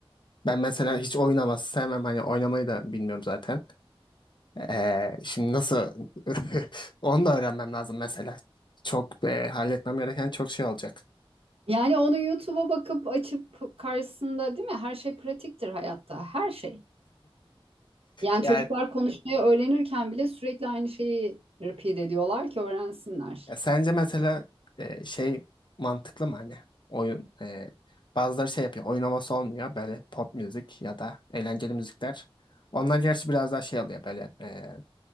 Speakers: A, on the left; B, on the right.
A: Ben mesela hiç oynaması sevmem. Hani oynamayı da bilmiyorum zaten. Ee, şimdi nasıl <laughs> onu da öğrenmem lazım mesela. Çok e, halletmem gereken çok şey olacak.
B: Yani onu YouTube'a bakıp açıp karşısında değil mi? Her şey pratiktir hayatta. Her şey. Yani
A: Yani
B: çocuklar konuşmayı öğrenirken bile sürekli aynı şeyi repeat ediyorlar ki öğrensinler.
A: e, sence mesela e, şey mantıklı mı hani oyun e, bazıları şey yapıyor oyun havası olmuyor böyle pop müzik ya da eğlenceli müzikler. Onlar gerçi biraz daha şey oluyor böyle e,